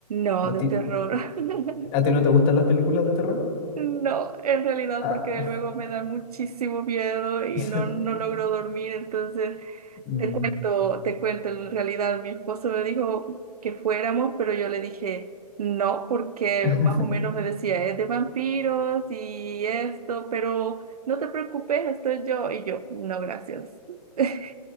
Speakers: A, on the right; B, on the left.
A: No,
B: ¿A
A: de
B: ti,
A: terror. <laughs>
B: a ti no te gustan las películas de terror?
A: No, en realidad
B: Ah,
A: porque luego me da muchísimo miedo y
B: <laughs>
A: no, no logro dormir, entonces
B: mm.
A: te cuento, te cuento, en realidad mi esposo me dijo que fuéramos, pero yo le dije no, porque
B: <laughs>
A: más o menos me decía, es de vampiros y esto, pero no te preocupes, estoy yo, y yo, no, gracias. <laughs>